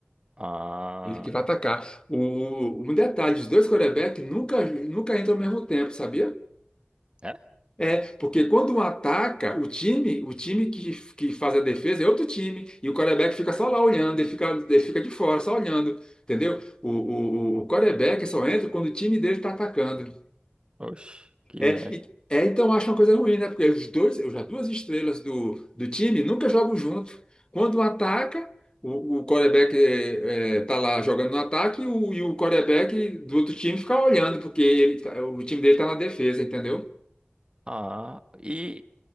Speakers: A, on the right; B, on the left.
A: Ah,
B: Ele que vai atacar. O, um detalhe, os dois quarterbacks nunca, nunca entram ao mesmo tempo, sabia?
A: é?
B: É, porque quando um ataca, o time, o time que, que faz a defesa é outro time, e o quarterback fica só lá olhando, ele fica, ele fica de fora, só olhando, entendeu? O, o, o o quarterback só entra quando o time dele está atacando.
A: Oxe, que
B: É,
A: viagem.
B: e- é, então eu acho uma coisa ruim, né? Porque os dois, os- as duas estrelas do, do time nunca jogam junto. Quando um ataca, o, o quarterback é, é, tá lá jogando no ataque e o, e o quarterback do outro time fica olhando, porque ele, tá- o time dele tá na defesa, entendeu?
A: Ah, e